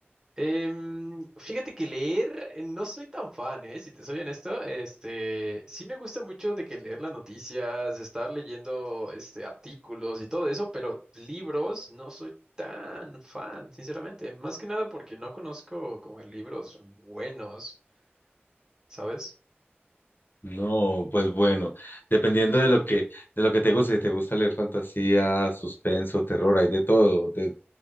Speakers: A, on the right (about 15°); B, on the left (about 55°).
A: Em, fíjate que leer eh, no soy tan fan, eh, si te soy honesto. Este, sí me gusta mucho de que leer las noticias, estar leyendo este artículos y todo eso, pero libros no soy tan fan, sinceramente. Más que nada porque no conozco como libros buenos, ¿sabes?
B: No, pues bueno, dependiendo de lo que, de lo que te guste, si te gusta leer fantasía, suspenso, terror, hay de todo, de-